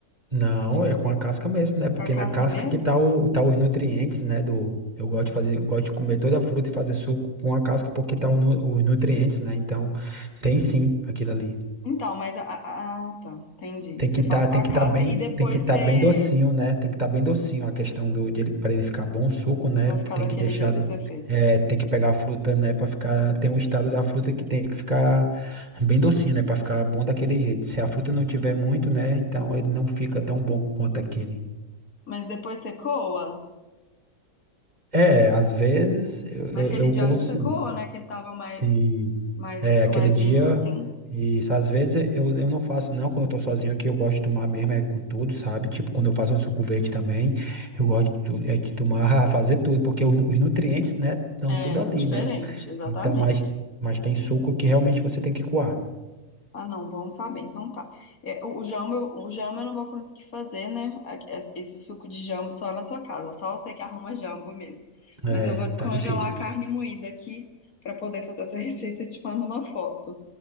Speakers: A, on the right (about 25°); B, on the left (about 65°).
A: Não, é com a casca mesmo, né? Porque
B: Com a
A: na
B: casca
A: casca
B: mesmo?
A: que tá, o, tá os nutrientes, né? Do, eu gosto de fazer, eu gosto de comer toda a fruta e fazer suco com a casca porque tá o nu- os nutrientes, né? Então, tem sim aquilo ali.
B: Então, mas a, a- ah, tá, entendi.
A: Tem
B: Você
A: que estar,
B: faz com
A: tem
B: a
A: que
B: casca
A: tá bem,
B: e depois
A: tem que tá
B: você
A: bem docinho, né? Tem que estar bem docinho a questão do de ele para ele ficar bom o suco, né?
B: vai ficar
A: Tem
B: daquele
A: que deixar
B: jeito
A: de,
B: que você fez.
A: é, tem que pegar a fruta, né, para ficar, tem um estado da fruta que tem que ficar bem docinho, né, para ficar bom daquele jeito. Se a fruta não tiver muito, né, então ele não fica tão bom quanto aquele.
B: Mas depois você coa.
A: É, às vezes eu, eu,
B: Naquele
A: eu
B: dia
A: como
B: acho
A: sim.
B: que você coa, né? Que ele tava mais
A: Sim.
B: mais
A: É, aquele
B: levinho
A: dia,
B: assim.
A: e às vezes eu, eu não faço, não, quando eu tô sozinho aqui, eu gosto de tomar mesmo, é com tudo, sabe? Tipo, quando eu faço um suco verde também, eu gosto de, tu- é, de tomar, <laughs> fazer tudo, porque os, os nutrientes, né, estão
B: É,
A: tudo ali,
B: diferente,
A: né?
B: exatamente.
A: Então, mas, mas tem suco que realmente você tem que coar.
B: Ah, não, bom saber. Então tá. É, o o jamba, o jambo eu não vou conseguir fazer, né? A- Esse suco de jambo só na sua casa. Só você que arruma jambo mesmo.
A: É,
B: Mas eu vou descongelar
A: tá difícil.
B: a carne moída aqui pra poder fazer essa <laughs> receita e te mando uma foto